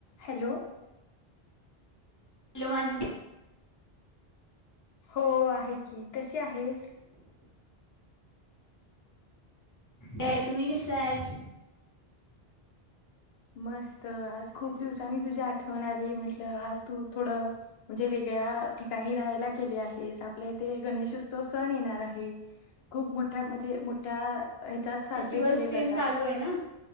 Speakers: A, on the left; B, on the left.
A: Hello
B: hello माझी
A: हो आहे की कशी आहेस?
B: काय तुम्ही कसायत?
A: मस्त आज खूप दिवसांनी तुझी आठ वन आली म्हंटलं आज तू थोडं म्हणजे वेगळ्या ठिकाणी राहायला गेली आहेस. आपल्या इथे गणेशोत्सव सण येणार आहे खूप मोठ्या म्हणजे मोठ्या ह्याच्यात
B: फेस्टिवल्स
A: साजरे केले जातात
B: सेन चालू आहे ना